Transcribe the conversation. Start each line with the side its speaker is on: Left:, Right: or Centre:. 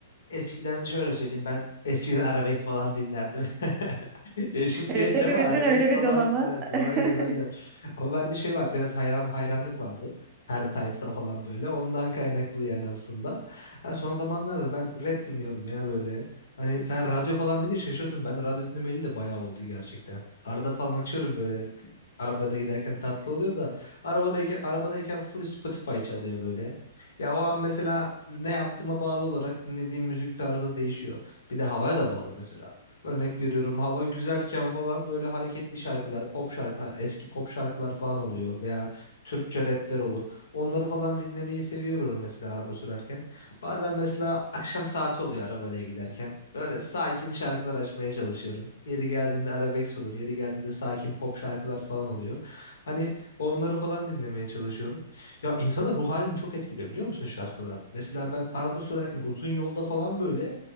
Left: Eskiden şöyle söyleyeyim ben eskiden arabesk falan dinlerdim. <laughs> Yaşım genç
Right: Evet, hepimizin
Left: ama arabesk
Right: öyle bir
Left: falan
Right: donamı.
Left: dinlerdim.
Right: <laughs>
Left: Aynen aynen. Ama bende şey var biraz hayran hayranlık vardı. Her tayfa falan böyle. Ondan kaynaklı yani aslında. Ha, son zamanlarda ben rap dinliyorum ya böyle. Hani sen radyo falan deyince şaşırdım. Ben radyo dinlemeli de bayağı oldu gerçekten. Arada falan açıyorum böyle. Arabada giderken tatlı oluyor da arabadayken arabadayken full Spotify çalıyor böyle. Ya o an mesela ne yaptığıma bağlı olarak dinlediğim müzik tarzı değişiyor. Bir de havaya da bağlı mesela. Örnek veriyorum hava güzelken falan böyle hareketli şarkılar, pop şarkılar, eski pop şarkılar falan oluyor veya Türkçe rapler olur. Onları falan dinlemeyi seviyorum mesela araba sürerken. Bazen mesela akşam saati oluyor arabayla giderken. Böyle sakin şarkılar açmaya çalışıyorum. Yeri geldiğinde arabesk olur, yeri geldiğinde sakin pop şarkılar falan oluyor. Hani onları falan dinlemeye çalışıyorum. Ya insanın ruh halini çok etkiliyor biliyor musun şarkılar? Mesela ben araba sürerken uzun yolda falan böyle